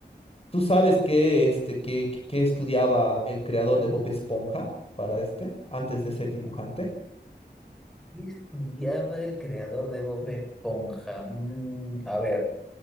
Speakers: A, on the left; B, in the centre.
A: ¿Tú sabes qué, este, qué, qué- qué estudiaba el creador de Bob Esponja para este, antes de ser dibujante?
B: ¿Qué estudiaba el creador de Bob Esponja? Mm, a ver.